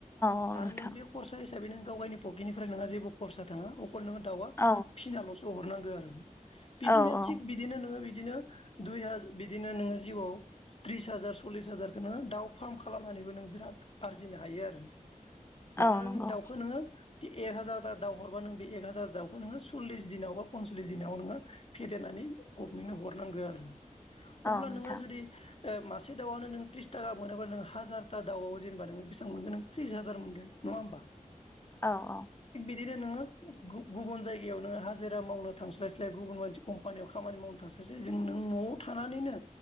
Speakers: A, on the left (about 15°); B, on the left (about 45°).
A: औ
B: आरो
A: नोंथां
B: नों बे खरसा हिसाबै दा बे नों गाव गायनि पकेनिफ्राय नोङा जेबो खरसा थाङा अखल नोङो दाउआ
A: औ
B: फिसिनालसो सो हरनांगो आरो। बिदिनो
A: औ औ
B: थिग बिदिनो नोङो बिदि बिदिनो दुइ हाज बिदिनो नोङो जिउआव त्रिस हाजार सललिस हाजारखो नोङो दाउ फाराम खालामनानैबो नों बिराद आरजिनो हायो आरो। मानोना
A: औ नंगौ
B: नों दाउखो नोङो एक हाजार ता दाव हरबा नों बे एक हाजार दाउखो नोङो सललिस दिनाव बा पनसलिस दिनाव नोङो फेदेरनानै गभमेन्टनो हरनांगो आरो अब्ला
A: औ नोंथां
B: नोंहा जुदि ए मासे दावानो नों थ्रिस थाखा मोनोबा नों हाजारथा दाउआव जेनेबा नों बेसेबां मोनगोन नों थ्रिस हाजार मोनगोन नङा होमबा।
A: औ औ।
B: दिनो नोङो गुब गुबुन जायगायाव नोङो हाजिरा मावनो थांस्लायस्लाय गुबुन बायदि कम्पानियाव खामानि मावनो थांस्लायस्लाय जों नों न'आव थानानैनो